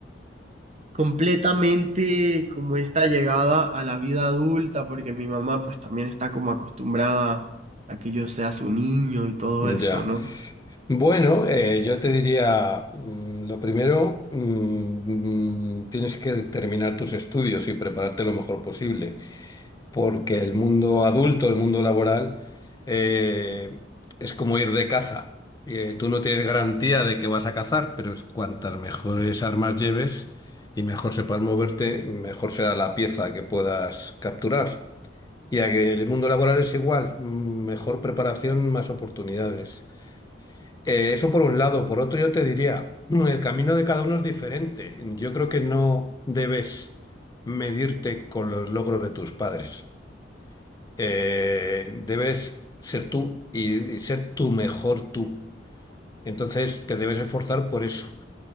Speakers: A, on the right (about 40°); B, on the left (about 20°).
A: completamente como esta llegada a la vida adulta, porque mi mamá pues también está como acostumbrada a que yo sea su niño y todo
B: ya.
A: eso, ¿no?
B: Bueno, eh, yo te diría, mm, lo primero, mm, mm, tienes que terminar tus estudios y prepararte lo mejor posible. porque el mundo adulto, el mundo laboral, eh, es como ir de caza. Eh, tú no tienes garantía de que vas a cazar, pero es cuantas mejores armas lleves y mejor sepas moverte, mejor será la pieza que puedas capturar. Y a que el mundo laboral es igual, mm, mejor preparación, más oportunidades. Eh, eso por un lado. Por otro, yo te diría, mm, el camino de cada uno es diferente. Yo creo que no debes medirte con los logros de tus padres eh, debes ser tú y, y ser tu mejor tú. Entonces te debes esforzar por eso.